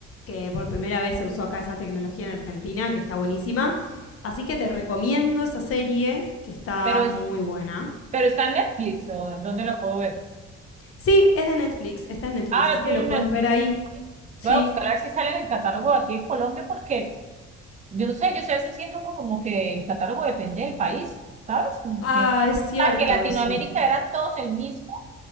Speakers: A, on the left; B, on the right.
A: que por primera vez se usó acá esa tecnología en Argentina, que está buenísima. Así que te recomiendo esa serie, que está
B: pero, es-
A: muy buena.
B: pero está en Netflix o en dónde lo puedo ver.
A: Sí, es de Netflix, está en Netflix,
B: Ah,
A: así
B: lo tiene
A: que lo
B: en
A: puedes
B: Netflix.
A: ver ahí. Sí.
B: Voy a buscar a ver si sale en el catálogo de aquí en Colombia porque yo no sé, yo sé, a veces siento como, como que el catálogo depende del país, ¿sabes? Como
A: Ah,
B: que,
A: es cierto
B: ah, que Latinoamérica
A: eso.
B: eran todos el mismo,